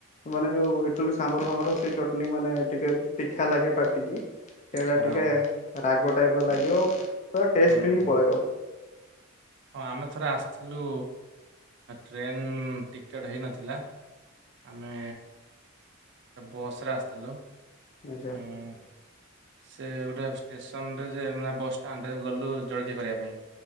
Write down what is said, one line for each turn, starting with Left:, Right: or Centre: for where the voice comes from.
Left: ମାନେ ଯୋଉ ଇଟଲୀ ସାବର ଫର ସେଇ ଚଟଣିୀ ମାନେ ଟିକେ ତୀଖା ଲାଗେ ପାଟିକି ସେଇଟା
Right: ଦୀକ୍ଷା
Left: ଟିକେ
Right: ହଁ
Left: ରାଗ ଟାଇପ ଲାଗିବ ତା ଟେଷ୍ଟ
Right: ହୁଁ ହୁଁ
Left: ହିଁ ପଳେଇବ।
Right: ହଁ ଆମେ ଥରେ ଆସିଥିଲୁ ଟ୍ରେନ ଟିକେଟ ହେଇନଥିଲା ଆମେ ବସ ରେ ଆସିଥିଲୁ
Left: ଆଚ୍ଛା।
Right: ଉଁ ସେ ଗୋଟେ ଷ୍ଟେସନରେ ଯେ ମାନେ ବସ୍ ଷ୍ଟାଣ୍ଡରେ ଗଲୁ ଜଳକିଆ କରିବା ପାଇଁ